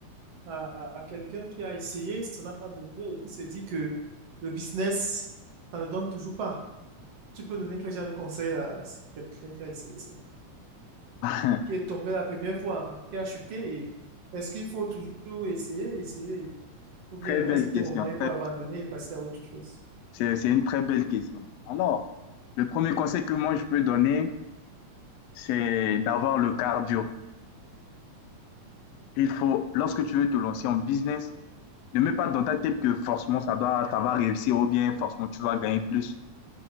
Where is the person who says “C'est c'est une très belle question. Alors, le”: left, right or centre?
Left